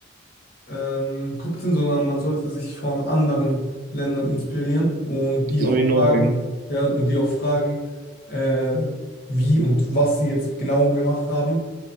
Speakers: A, on the left; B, on the right.
A: ähm, guckt sind, sondern man sollte sich von anderen Ländern inspirieren und die
B: So
A: auch
B: wie
A: Genau.
B: Norwegen.
A: fragen, ja, und die auch fragen, äh, wie und was sie jetzt genau gemacht haben.